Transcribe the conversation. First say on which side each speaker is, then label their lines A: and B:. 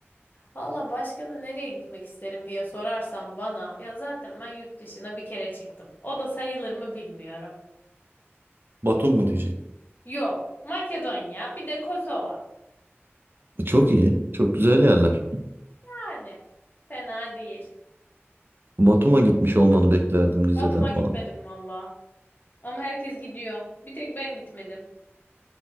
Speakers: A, on the left; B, on the right.
A: Valla başka da nereye gitmek isterim diye sorarsan bana ya zaten ben yurt dışına bir kere çıktım. O da sayılır mı bilmiyorum.
B: Batum mu diyecek?
A: Yok. Makedonya bir de Kosova.
B: Çok iyi. Çok güzel yerler.
A: Yani fena değil.
B: Batum'a gitmiş olmanı beklerdim Rize'den
A: Batum'a
B: falan.
A: gitmedim valla. Ama herkes gidiyor. Bir tek ben gitmedim.